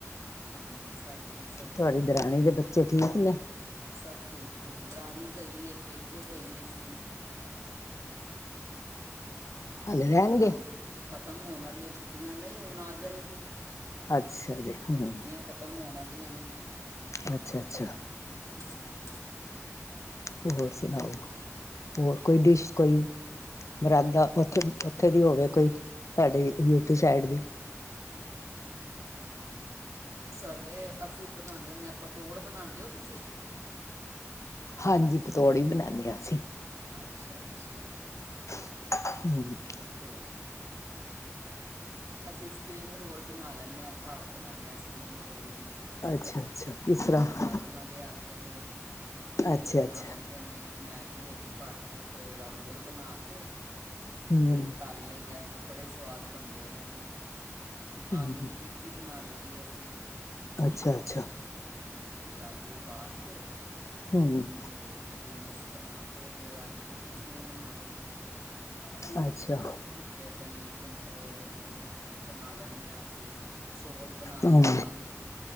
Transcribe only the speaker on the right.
ਹਾਂਜੀ ਸਾਡੇ ਵੀ ਸਭ
ਠੀਕ
ਨੇ।
ਸਭ ਠੀਕ ਨੇ ਦਰਾਨੀ ਗਈ ਹੋਈ ਏ ਪੇਕੇ ਗਈ ਹੋਈ ਸੀ। ਤੇ
ਛੁੱਟੀਆਂ
ਹੁਣ ਖਤਮ ਹੋਣ ਆਲੀਆਂ ਛੁੱਟੀਆਂ ਨਈ ਹੁਣ ਆ ਜਾਏਗੀ।
ਛੁੱਟੀਆਂ ਖਤਮ ਹੋਣ ਆਲੀਆਂ ਨੇ।
ਹੂੰ
ਤੇ
ਸਾਡੇ ਅਸੀਂ ਬਣਾਣੇ ਹੁੰਨੇ ਹਾਂ ਪਤੋੜ ਬਣਾਂਦੇ ਹੋ ਤੁਸੀਂ
ਅੱਛਾ-ਅੱਛਾ
ਤੇ ਅਸੀਂ ਸਪਰਿੰਗ ਰੋਲ ਬਣਾ ਲੈਂਣੇ ਆਂ ਘਰ ਬਣਾਣੇ ਆਂ ਸਪਰਿੰਗ ਰੋਲ ਵੀ
ਚਾਵਲਾਂ ਦੇ ਆਟੇ ਦੇ ਤੇ
ਬਣਾ
ਲਈ ਜਿਨੇ ਮੈਗੀ ਵਿੱਚ ਭਰ ਕੇ ਤੇ ਓਹਦਾ ਰੋਲ ਬਨਾ ਕੇ
ਤੇ ਤੱਲ ਲਈ ਦਾ ਏ ਬੜੇ ਸਵਾਦ ਬਨਦੇ ਨੇ ਓ ਵੀ ਆਲੂ
ਦੀ ਟਿੱ ਟਿੱਕੀ ਬਨਾ ਲਈ ਦੀ ਅਸੀਂ
ਹਾਂਜੀ ਆਲੂ ਊਬਾਲ ਕੇ
ਤੇ ਉਹਦੀ ਮਿਸ ਬਨਾ ਕੇ ਤੇ ਆਲੂ ਦੀ ਟਿੱਕੀ ਵੀ ਬਨਾ ਲਈ ਦੀ ਏ।
ਉੱਤੇ ਏਦਾਂ ਈ ਟਮ- ਓ <unintelligible> ਬਨਾ ਲੈਂਨੇ ਆਂ ਅਸੀਂ, ਸੋਸ ਬਨਾ ਲੈਂਨੇ
ਆ ਓਦੀ।